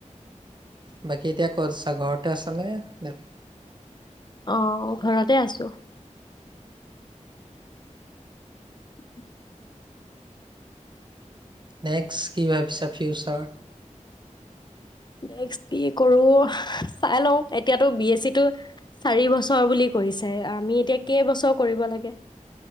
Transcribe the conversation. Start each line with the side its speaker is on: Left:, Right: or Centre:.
Right: বাকী এতিয়া কত আছা ঘৰতে আছা নে নাই
Left: অ ঘৰতে আছো উ
Right: নেক্সট কি ভাবিছা ফিউচাৰ।
Left: নেক্স কি কৰো চাই লওঁ এতিয়াতো বি এছ চি টো চাৰি বছৰ বুলি কৈছে আমি এতিয়া কেইবছৰ কৰিব লাগে